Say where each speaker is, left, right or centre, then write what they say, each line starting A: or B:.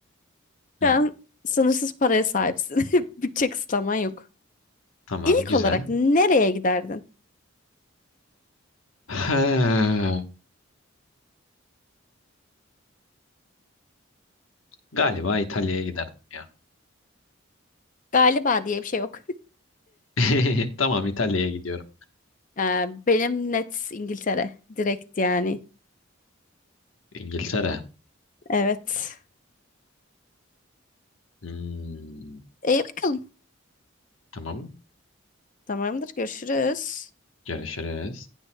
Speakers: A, on the left; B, on the left.
A: Hı,
B: Şu an sınırsız paraya sahipsin. <laughs> Bütçe kısıtlaman yok.
A: tamam
B: İlk
A: güzel.
B: olarak nereye giderdin?
A: He, galiba İtalya'ya giderdim ya.
B: Galiba diye bir şey yok.
A: <laughs> Tamam İtalya'ya gidiyorum.
B: Ee, benim net İngiltere. Direkt yani.
A: İngiltere.
B: Evet.
A: Hmm,
B: İyi bakalım.
A: tamam
B: Tamamdır. Görüşürüz.
A: görüşürüz.